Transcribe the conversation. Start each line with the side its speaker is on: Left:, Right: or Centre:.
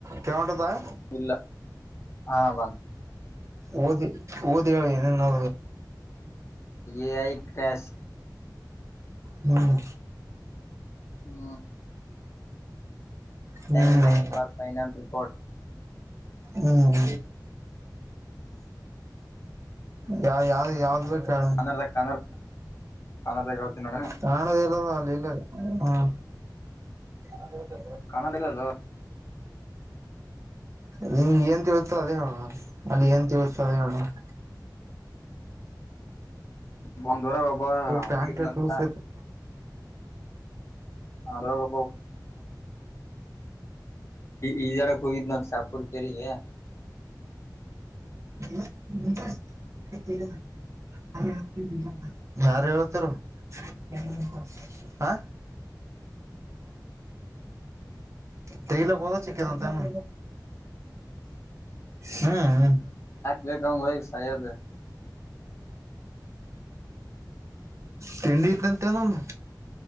Right: ಕವಂಟುತ್ತಾಯ
Left: ಇಲ್ಲ ಹಾ ಬಂದ
Right: ಓದ ದಳ ಏನ
Left: ಎಐ ಕ್ರ್ಯಾಶ್
Right: ಹ್ಮ್
Left: ಹ್ಮ
Right: ಹ್ಮ್
Left: ಟೈಮ್ ಲೈನ್ ಪಾರ್ ಫೈನಲ್ ರಿಪೋರ್ಟ್
Right: ಹ್ಮ್ ಯಾವ ಯಾವ್ದ ಯಾವ್ದ್ ಬೇಕಣ
Left: ಕನ್ನಡದಾಗ ಕನ್ನಡ ಕನ್ನಡದಾಗ ಹೇಳ್ತೀನಿ ನೋಡ
Right: ಕಾಣದ ಎಲ್ಲ ಸಾಲಲ್ಲ ಹ್ಮ ಅದದ
Left: ಕನ್ನಡಲ್ಲಲ್ಲೋ
Right: ನೀ ಏನ್ ತಿಳ್ತ ಅದೇ ಹೇಳುವ ಅಲ್ಲಿ ಏನ್ ತಿಳ್ತ ಅದೇ ಹೇಳುವ <inaudible>
Left: ಬಂದವರ ಒಾಬಾ
Right: ಪ್ಯಾಂಟ್
Left: ಹುಡುಕಿದ್ನಂತ
Right: ಲೂಸ್ ಆಯ್ತು
Left: ಅದ್ರಬ್ಬ ಈ ಜಡಕ್ ಹೋಗಿದ್ ನಮ ಶಾಪುರ್ ಕೆರೆಗೆ
Right: <inaudible> ಯಾರು ಹೇತಾರ ಹ ಹಾ ತ ಇಲದು ಸಿಿಕ್ಕೆ ತಂತನು ಹ್ಮ್
Left: ಬಗಾಮ ಭ ಸಾಯತ <inaudible>
Right: ತಿಂಡಿ ಇತ್ಂತೆೇನೊಂದು